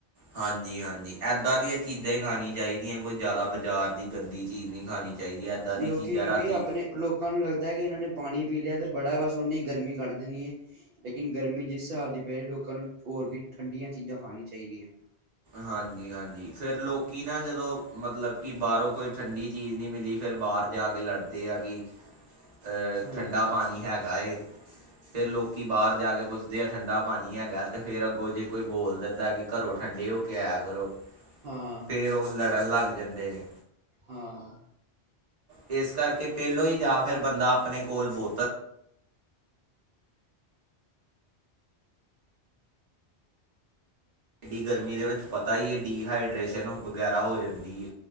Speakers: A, on the right; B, on the right.
A: ਹਾਂਜੀ ਹਾਂਜੀ, ਏਦਾਂ ਦੀਆਂ ਚੀਜ਼ਾਂ ਹੀ ਖਾਣੀ ਚਾਹੀਦੀਆਂ, ਕੋਈ ਜ਼ਿਆਦਾ ਬਾਜ਼ਾਰ ਦੀ ਗੰਦੀ ਚੀਜ਼ ਨਹੀਂ ਖਾਣੀ ਚਾਹੀਦੀ ਇੱਦਾਂ ਦੀ
B: ਲੋਕੀ
A: ਚੀਜ਼ਾਂ
B: ਕਿਉਂਕਿ
A: ਰਾਤੀ
B: ਅਪਣੇ ਲੋਕਾਂ ਨੂੰ ਲੱਗਦਾ ਕਿ ਇਹਨਾਂ ਨੇ ਪਾਣੀ ਪੀ ਲਿਆ ਅਤੇ ਬੜਾ, ਬਸ ਉਹਨੇ ਗਰਮੀ ਕੱਢ ਦੇਣੀ ਏ। ਲੇਕਿਨ ਗਰਮੀ ਜਿਸ ਹਿਸਾਬ ਦੀ ਪਹਿਣੀ ਲੋਕਾਂ ਨੂੰ ਹੋਰ ਵੀ ਠੰਡੀਆਂ ਚੀਜ਼ਾਂ ਖਾਣੀ ਚਾਹੀਦੀਆਂ।
A: ਹਾਂਜੀ ਹਾਂਜੀ ਫੇਰ ਲੋਕੀ ਨਾ ਜਦੋਂ ਮਤਲਬ ਕਿ ਬਾਹਰੋਂ ਕੋਈ ਠੰਡੀ ਚੀਜ਼ ਨਹੀ ਮਿਲੀ ਫਿਰ ਬਾਹਰ ਜਾ ਕੇ ਲੜਦੇ ਆ ਕਿ ਏ
B: ਹਾਂਜੀ
A: ਠੰਡਾ ਪਾਣੀ ਹੈਗਾ ਏ। ਫੇਰ ਲੋਕੀ ਬਾਹਰ ਜਾ ਕੇ ਪੁੱਛਦੇ ਆ ਠੰਡਾ ਪਾਣੀ ਹੈਗਾ ਤੇ ਫੇਰ ਅੱਗੋਂ ਜੇ ਕੋਈ ਬੋਲ ਦਿੰਦਾ ਕਿ ਘਰੋਂ ਠੰਡੇ ਹੋ ਕੇ ਆਯਾ ਕਰੋ।
B: ਹਾਂ
A: ਫੇਰ ਉਹ ਲੜਨ ਲੱਗ ਦੇਂਦੇ ਨੇ
B: ਹਾਂ
A: ਇਸ ਕਰਕੇ ਪਹਿਲੋਂ ਹੀ ਜਾਂ ਫਿਰ ਬੰਦਾ ਆਪਣੇ ਕੋਲ ਬੋਤਲ ਇੰਨੀ ਗਰਮੀ ਦੇ ਵਿੱਚ ਪਤਾ ਹੀ ਹੈ ਡੀਹਾਈਡਰੇਸ਼ਨ ਵਗੈਰਾ ਹੋ ਜਾਂਦੀ ਏ।